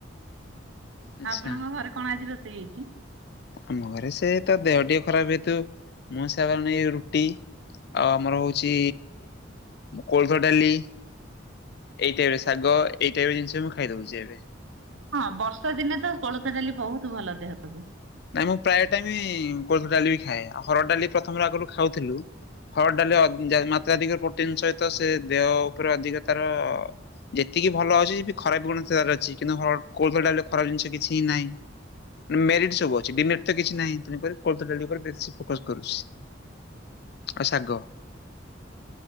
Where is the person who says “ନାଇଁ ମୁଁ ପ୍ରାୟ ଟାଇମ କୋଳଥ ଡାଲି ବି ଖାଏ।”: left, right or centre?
Left